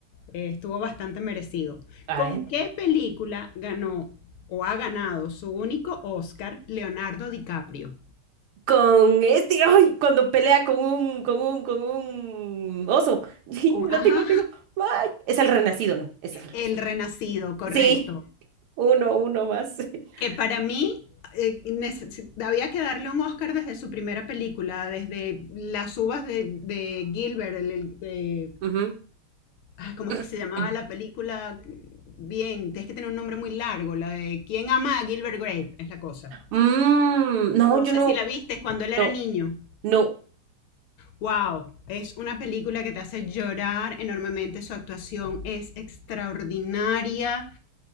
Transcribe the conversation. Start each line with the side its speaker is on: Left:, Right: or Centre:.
Left: eh, estuvo bastante merecido.
Right: a
Left: ¿Con
Right: ver.
Left: qué película ganó o ha ganado su único Oscar Leonardo DiCaprio?
Right: Con este, ay, cuando pelea con un, con un, con un oso. <laughs> Sí,
Left: Con-
Right: Lo
Left: Ajá,
Right: tengo, lo tengo. Ay, es el renacido, ¿no? Es el...
Left: El Renacido, correcto.
Right: Sí, uno, uno más. <laughs>
Left: Que para mí eh, neces- había que darle un Oscar desde su primera película, desde Las uvas de, de Gilbert, el, el- de-
Right: Ujú.
Left: ah, ¿cómo
Right: <clears throat>
Left: es que se llamaba la película? Bien, tienes que tener un nombre muy largo, la de ¿Quién ama a Gilbert Grape? Es la cosa.
Right: Mm, no,
Left: No
Right: yo
Left: sé
Right: no,
Left: si la viste, es cuando él era
Right: no,
Left: niño.
Right: no.
Left: Wow, es una película que te hace llorar enormemente, su actuación es extraordinaria.